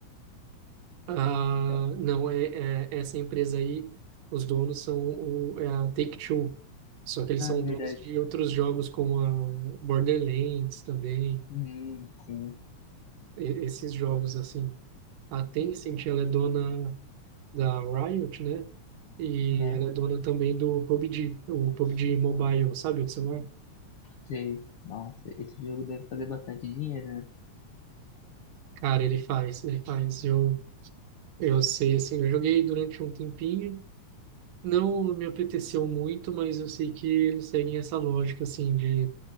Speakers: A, on the right; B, on the left.
A: Ah,
B: Eu-
A: não, é, é- essa empresa aí, os donos são o, é a Take-Two. Só que eles
B: ah,
A: são
B: verdade.
A: donos de outros jogos, como a Borderlands também,
B: Hum, sim.
A: e- esses jogos, assim. A Tencent, ela é dona da Riot, né? E
B: Aham,
A: ela é dona também do PUBG, o PUBG Mobile, sabe, o de celular?
B: sei. Nossa, esse jogo deve fazer bastante dinheiro, né?
A: Cara, ele faz, ele faz. Eu Eu sei, assim, eu joguei durante um tempinho, não me apeteceu muito, mas eu sei que eles seguem essa lógica, assim, de,